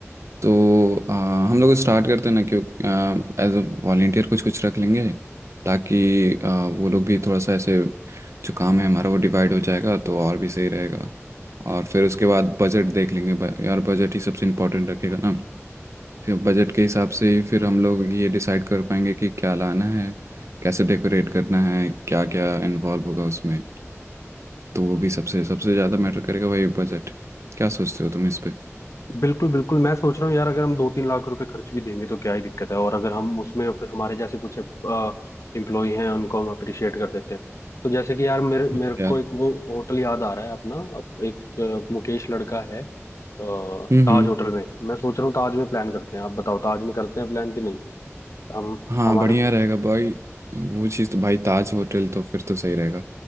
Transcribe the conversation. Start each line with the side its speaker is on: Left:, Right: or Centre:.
Right: तो अ, हम लोग स्टार्ट करते हैं ना क्यों एज अ वॉलेंटियर कुछ कुछ रख लेंगे ताकि अ, वो लोग भी थोड़ा सा ऐसे जो काम है हमारा वो डिवाइड हो जाएगा तो और भी सही रहेगा और फिर उसके बाद बजट देख लेंगे ब- यार बजट ही सबसे इम्पोर्टेंट रखेगा ना बजट के हिसाब से ही फिर हम लोग ये डिसाइड कर पाएंगे कि क्या लाना है कैसे डेकोरेट करना है क्या क्या इन्वॉल्व होगा उसमें तो वो भी सबसे सबसे ज़्यादा मैटर करेगा वही बजट क्या सोचते हो तुम इस पे
Left: बिल्कुल बिल्कुल मैं सोच रहा हूँ यार अगर हम दो तीन लाख रुपए खर्च भी देंगे तो क्या ही दिक्कत है और अगर हम उसमें अपने- हमारे जैसे कुछ एम्प्लॉय हैं उनको हम अप्रिशिएट कर देते हैं तो जैसे कि यार मेरे मेरे
Right: हाँ यार
Left: को एक वो होटल याद आ रहा है अपना अप- एक अ, मुकेश लड़का है अ, ताज
Right: हम्म हम्म।
Left: होटल में मैं सोच रहा हूँ ताज में प्लान करते हैं आप बताओ ताज में करते हैं प्लान कि नहीं हम
Right: हाँ
Left: हमारे
Right: बढ़िया रहेगा भाई वो चीज़ तो भाई ताज होटल तो फिर तो सही रहेगा